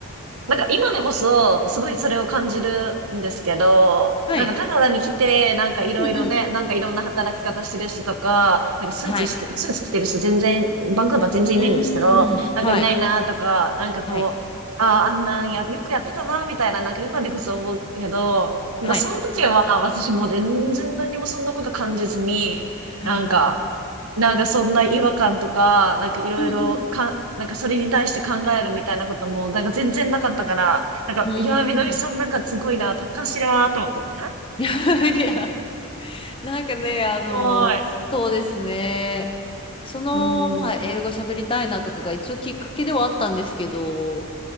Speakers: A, on the right; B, on the left.
A: なんか今でこそ、すごいそれを感じるんですけど、
B: はい。
A: なんかカナダに来て、なんかいろいろね、
B: うんうん。
A: なんかいろんな働き方してる人とか、なんかスーツして、
B: はい。
A: スーツ着てる人全然、バンクーバー全然いないんですけど、
B: うーん。
A: なんかいないなとか、
B: はい。
A: なんかこう、
B: はい。
A: ああ、あんなんや、よくやってたなみたいな、なんか今でこそ思うけど、なんかその時は私もう全然何もそんなこと感じずに、
B: はい。はいはい。
A: なんか、なんかそんな違和感とか、なんかいろいろか、
B: うんうん。
A: なんかそれに対して考えるみたいなことも、なんか全然なかったから、なんか、
B: うーん。
A: いやー、みのりさんなんかすごいな、達観してるなーと思って。
B: <laughs> いやいや。<laughs> なんかね、あの、
A: すごい。
B: そうですね。その、
A: う
B: まあ、
A: ん。
B: 英語喋りたいなとかが一応きっかけではあったんですけど、